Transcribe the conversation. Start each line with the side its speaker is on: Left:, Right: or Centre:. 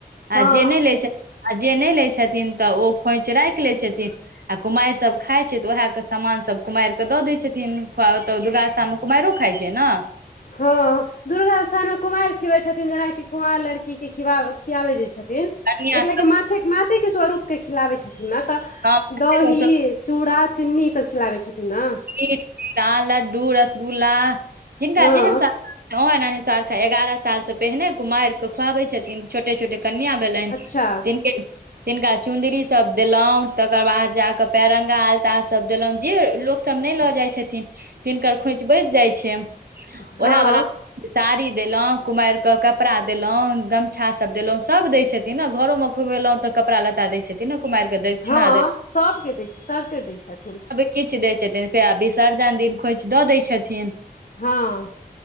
Left: हँ
Right: आ जे नै लय छथि आ जे नै लै छथिन तऽ ओ खोंइछ राखि लै छथिन आ कुमारि सब खाय छै तऽ ओएह क सामान सब कुमारि कऽ दऽ दै छथिन ओतऽ दुर्गास्थानमे कुमारि खाइ छै न
Left: हँ दुर्गा स्थानमे कुमारि खिआबै छथिन जेनाकि कुवारि लड़कीके खिआब खियाबै जे छथिन
Right: कनिया
Left: एक लेखे माथे माते के स्वरूप के खिलाबै छथिन न तऽ
Right: सबके
Left: दही चूड़ा चीनी ई सब खिलाबै छथिन न
Right: <unintelligible> लड्डू रसगुल्ला जिनका
Left: हँ
Right: जेहन सध्दा हँ नानी <unintelligible> एगारह साल से पहिने कुमारिक के खुआवे छथिन छोटे छोटे कन्य भेलनि
Left: अच्छा
Right: तिनके तिनका चुंदरी सब देलौ तकर बाद जाक पेरंगा आलता सब देलौ जे लोक सब नै लऽ जाय छथिन तिनकर खोछ बैच जाइ छै
Left: हँ
Right: ओएह बला साड़ी देलौ कुमारि क कपड़ा देलौ गमछा सब देलौ सब दै छथिन तै न घरो मे खुएलहुँ तऽ कपड़ा लता दै छथिन न कुमारी के दै दक्षिणा
Left: हँ सबके दै छै सैगतर दै छथिन
Right: किछ दै छथिन रुपेया आ विसर्जन दिन खोइछ दऽ दै छथिन
Left: हँ